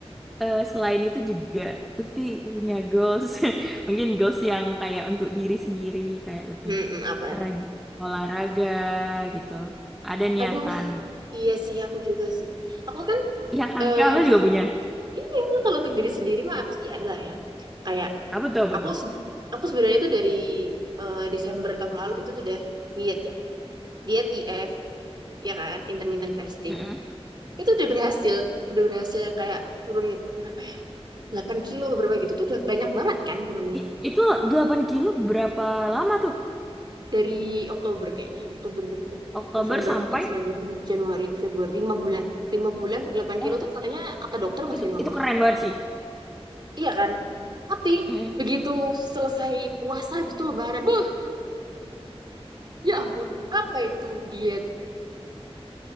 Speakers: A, in the centre; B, on the right (about 45°).
A: eh, selain itu juga Lutfi punya goals. <laughs> Mungkin goals yang kayak untuk diri sendiri. Kayak lebih
B: Mm-mm, apa nih
A: rajin olahraga gitu. Ada niatan.
B: aduh iya sih aku juga sih aku kan
A: Iya kan,
B: eh
A: Kak Amel juga punya.
B: iya kalau untuk diri sendiri mah pasti ada lah ya kayak
A: Apa tuh, apa
B: aku se- aku sebenarnya tuh dari eh, Desember tahun lalu itu tuh udah diet ya diet IF ya kan intermittent fasting
A: tuh?
B: itu udah berhasil udah berhasil yang kayak turun berapa ya 8 kilo beberapa gitu tuh udah banyak banget kan turunnya
A: I- Itu 8 kilo berapa lama tuh?
B: dari Oktober kayaknya Oktober
A: Oktober
B: November
A: sampai
B: Desember Januari Februari lima bulan lima bulan delapan
A: Oh,
B: kilo tuh katanya kata dokter masih
A: itu
B: normal
A: itu keren banget sih.
B: iya kan tapi
A: Mm-mm.
B: begitu selesai puasa habis itu lebaran beuh ya ampun apa itu diet